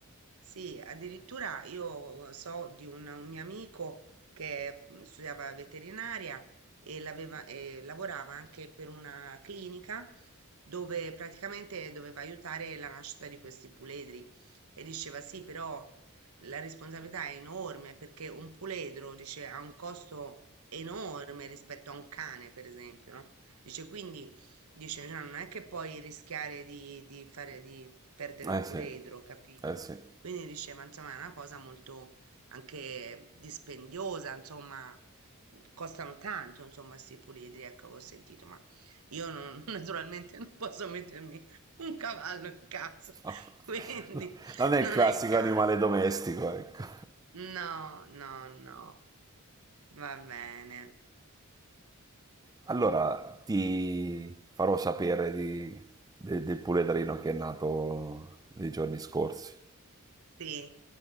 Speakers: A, on the right; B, on the right.
A: Sì, addirittura io eh, so di un, un mio amico che mm, studiava veterinaria e, l'aveva- e lavorava anche per una clinica dove praticamente doveva aiutare la nascita di questi puledri e diceva sì, però la responsabilità è enorme perché un puledro, dice, ha un costo enorme rispetto a un cane, per esempio, no? Dice, quindi, dice, "no, non è che puoi rischiare di, di fare, di perdere
B: Eh
A: il puledro,
B: sì,
A: capito?
B: eh sì.
A: Quindi diceva, insomma, è una cosa molto anche dispendiosa, insomma, costano tanto, insomma, sti puledri, ecco, avevo sentito, ma io non, <laughs> naturalmente non posso mettermi un cavallo in casa,
B: <laughs>
A: <laughs> quindi
B: Non è il
A: non
B: classico
A: è il caso.
B: animale domestico, ecco.
A: No, no, no. Va bene.
B: Allora ti farò sapere di- de- del puledrino che è nato nei giorni scorsi.
A: Sì.